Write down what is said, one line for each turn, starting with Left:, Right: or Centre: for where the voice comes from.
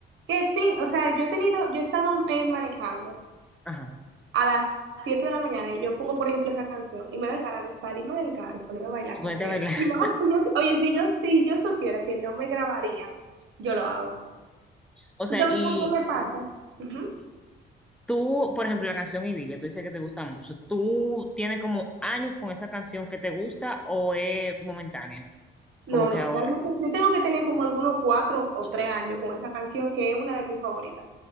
Right: Que sí, o sea, yo he tenido, yo he estado eh, manejando.
Centre: Ajá.
Right: a las 7 de la mañana y yo pongo, por ejemplo, esa canción y me dan ganas de salirme del carro y ponerme a bailar
Centre: Y ponerte
Right: como que...
Centre: a bailar. <laughs>
Right: y no, y yo- sí, oye, si yo, si yo supiera que no me grabarían, yo lo hago.
Centre: O sea,
Right: ¿Tú sabes
Centre: y,
Right: con qué me pasa? Ujú.
Centre: Tú, por ejemplo, la canción Idilio, tú dices que te gusta mucho. ¿Tú tienes como años con esa canción que te gusta o es momentánea?
Right: No,
Centre: Como que
Right: no,
Centre: ahora.
Right: realmente yo tengo que tener como algunos cuatro o tres años con esa canción que es una de mis favoritas.